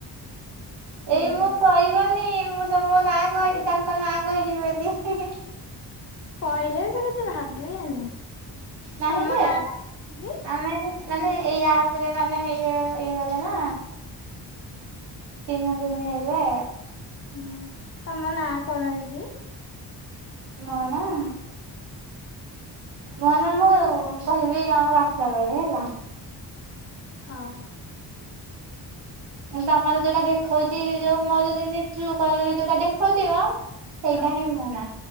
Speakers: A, on the left (about 40°); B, on the right (about 75°).
A: ସେଇ
B: ଏଇ ମୁଁ କହିବନି ମୁଁ ତ ମୋ ନାଁ କହିି ତାଙ୍କ ନାଁ କହିଚି ବୋଲି।
A: କହିଲେ ବି ସେ କିଛି ଭାବିବେନି।
B: ନାହିଁ
A: ତମ
B: ଯେ
A: ନାଁ ଟା ଦିଦି
B: ଆମେ ମାନେ ଏଇୟା ପରେ ମାନେ ଇଏ ଇଏ ଗଲେ ନା। ତିନ ଦିନି ହେଲେ।
A: ହୁଁ ତମ ନାଁ କଣ ଦିଦି?
B: ମୋ ନାଁ। ମୋ ନା ମୁଁ କହିବି ଗାଁକୁ ଆସିଲା ପରେ ହେଲା।
A: ହଉ।
B: ତମର ଯୋଉଟା ଦେଖଉଛି ଯୋଉ ମୋର ଯେମିତି ଟ୍ରୁ କଲ ରେ ଯୋଉଟା ଦେଖଉଥିବ। ସେଇଟା
A: ହଁ
B: ହିଁ ମୋ ନାଁ।